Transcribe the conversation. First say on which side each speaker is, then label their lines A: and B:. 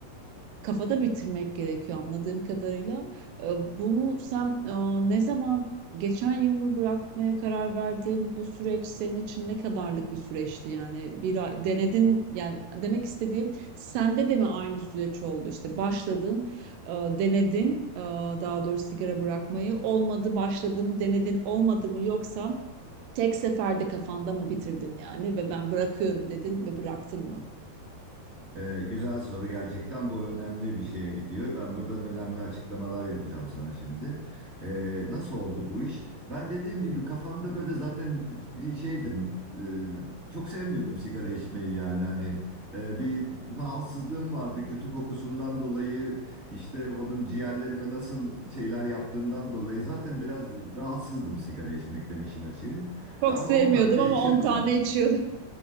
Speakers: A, on the right (about 85°); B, on the right (about 20°).
A: kafada bitirmek gerekiyor anladığım kadarıyla. E, Bunu sen e, ne zaman geçen yıl mı bırakmaya karar verdin? Bu süreç senin için ne kadarlık bir süreçti yani? Bir ay- denedin yani demek istediğim sende de mi aynı süreç oldu? İşte başladın, e, denedin, e, daha doğrusu sigara bırakmayı olmadı, başladım, denedin, olmadı mı yoksa Tek seferde kafanda mı bitirdin yani ve ben bırakıyorum dedin ve bıraktın mı?
B: Ee, güzel soru gerçekten bu önemli bir şeye gidiyor. Ben buradan önemli açıklamalar yapacağım sana şimdi. Ee, nasıl oldu bu iş? Ben dediğim gibi kafamda böyle zaten bir şeydim. Ee, çok sevmiyordum sigara içmeyi yani hani e, bir rahatsızlığım vardı kötü kokusundan dolayı işte onun ciğerlerime nasıl şeyler yaptığından dolayı zaten biraz rahatsızdım sigara içmekten işin açığı.
A: Çok
B: Ama
A: sevmiyordum
B: 10 tane de
A: ama
B: içiyordum.
A: 10 tane içiyordum.